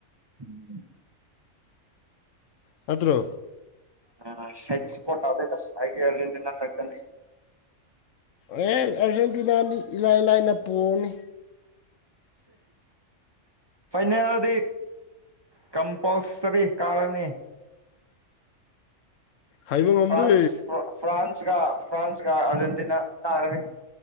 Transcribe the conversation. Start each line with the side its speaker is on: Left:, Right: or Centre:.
Right: <inaudible>
Left: ꯅꯠꯇ꯭ꯔꯣ
Right: ꯑ ꯁꯥꯏꯟꯇꯤꯁꯄꯣꯔꯠꯇ ꯑꯩꯒꯤ ꯔꯦꯟꯗꯅ ꯐꯦꯛꯇꯅꯤ
Left: ꯑꯦ ꯑꯥꯔꯖꯦꯟꯇꯤꯅꯥꯗꯤ ꯏꯂꯥꯏ ꯂꯥꯏꯅ ꯄꯣꯒꯅꯤ
Right: ꯐꯥꯏꯅꯦꯜꯗꯤ ꯀꯝꯄꯜꯁꯔꯤ ꯀꯥꯔꯅꯤ
Left: ꯍꯥꯏꯕ ꯉꯝꯗꯦ
Right: ꯐ꯭ꯔꯥꯟꯁ ꯐ꯭ꯔꯥꯟꯁꯒ ꯐ꯭ꯔꯥꯟꯁꯒ ꯑꯔꯖꯦꯟꯇꯤꯅꯥ ꯇꯥꯔꯅꯤ